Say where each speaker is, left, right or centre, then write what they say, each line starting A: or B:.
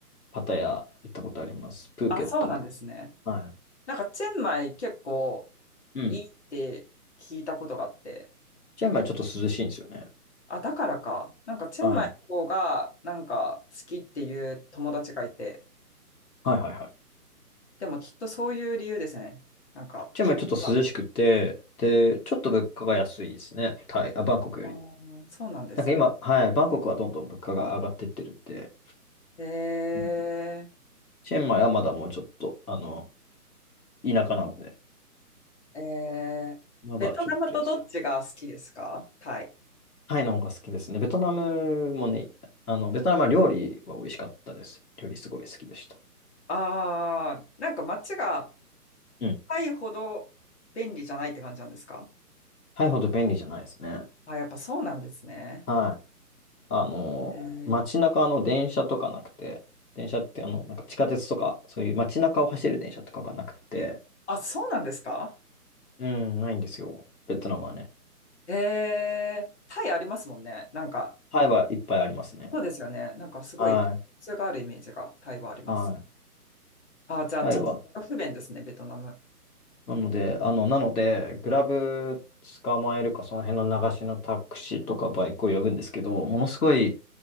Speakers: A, on the left (about 65°); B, on the left (about 45°).
A: パタヤ行ったことあります。プーケットも行っ
B: あ、そうなんですね。
A: はい。
B: なんか、チェンマイ結構
A: うん
B: いいって聞いたことがあって。
A: チェンマイちょっと涼しいんですよね。
B: あ、だからか。なんか、チェンマイの方が、
A: はい。
B: なんか、好きっていう友達がいて。
A: はいはいはい。
B: でも、きっとそういう理由ですね。なんか、
A: チェンマイちょっと涼しくて、
B: 聞くか
A: で、ちょっと物価が安いですね。タイ、あ、バンコクより。
B: あーそうなんですね。
A: なんか今、はい、バンコクはどんどん物価が上がってってるんで、
B: え
A: うんチェンマイはまだもうちょっと、あの、田舎なので、
B: ー、えー、
A: まだちょっと安い。
B: ベトナムとどっちが好きですかタイ。
A: タイの方が好きですね。ベトナムもね、あの、ベトナムは料理は美味しかったです。料理すごい好きでした。
B: ああ、なんか街が
A: うん。
B: タイほど便利じゃないって感じなんですか
A: タイほど便利じゃないですね。
B: あ、やっぱそうなんですね。
A: はい。あの、
B: えー
A: 街中の電車とかなくて、電車ってあの、なんか地下鉄とか、そういう街中を走る電車とかがなくて、
B: あ、そうなんですか
A: うん、ないんですよ。ベトナムはね。
B: ええ、タイありますもんね。なんか、
A: タイはいっぱいありますね。
B: そうですよね。なんかすごい、
A: はい。
B: 普通があるイメージがタイはあります。
A: はい。
B: あ、じゃあ、
A: タイは、
B: ちょっと不便ですね、ベトナム。
A: なので、あの、なので、グラブ捕まえるか、その辺の流しのタクシーとかバイクを呼ぶんですけど、ものすごい